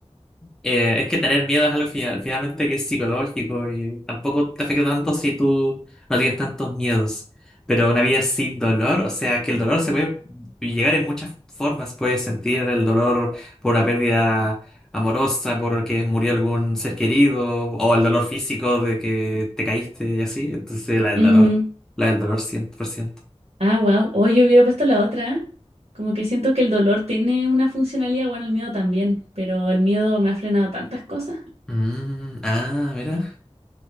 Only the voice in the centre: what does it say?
eh, es que tener miedo es algo final- finalmente que es psicológico y tampoco te afecta tanto si tú no tienes tantos miedos. Pero una vida sin dolor, o sea, que el dolor se puede llegar en muchas formas. Puedes sentir el dolor por una pérdida amorosa, porque murió algún ser querido, o el dolor físico de que te caíste y así. Entonces, la del dolor,
la del dolor 100%.
Mm, ah, mira,